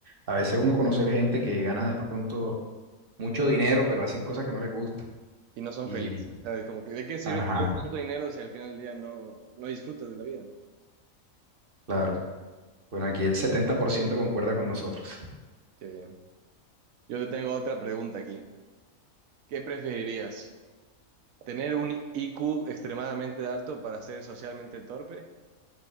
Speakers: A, on the right; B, on the right.
A: a veces uno conoce gente que gana de pronto mucho dinero pero hacen cosas que no les gustan.
B: y no son
A: Y,
B: felices. O sea, es como que, ¿de qué sirve
A: ajá,
B: tener tanto dinero si al final del día no, no disfrutas de la vida?
A: claro. Bueno, aquí el 70% concuerda con nosotros.
B: Qué bien. Yo te tengo otra pregunta aquí. ¿Qué preferirías? ¿Tener un IQ extremadamente alto para ser socialmente torpe